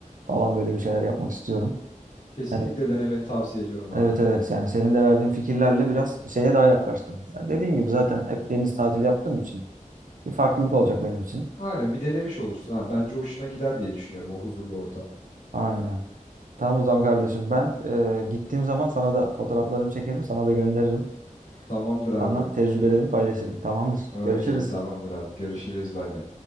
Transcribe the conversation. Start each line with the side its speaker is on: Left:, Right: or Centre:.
Right: falan böyle bir şeyler yapmak istiyorum.
Left: Kesinlikle
Right: Yani
Left: denemeni tavsiye ediyorum abi.
Right: evet evet yani senin de verdiğin fikirlerle biraz şeye daha yaklaştım. Yani dediğin gibi zaten hep deniz tatili yaptığım için bir farklılık olacak benim için.
Left: Aynen bir denemiş olursun ha. Bence hoşuna gider diye düşünüyorum o huzurlu ortam.
Right: Aynen. Tamam o zaman kardeşim ben e, gittiğim zaman sana da fotoğraflarımı çekerim, sana da gönderirim.
Left: Tamamdır abi.
Right: Sana tecrübelerimi
Left: Be-
Right: paylaşırım.
Left: <laughs>
Right: Tamamdır.
Left: Okey
Right: Görüşürüz.
Left: tamamdır abi. Görüşürüz bay bay.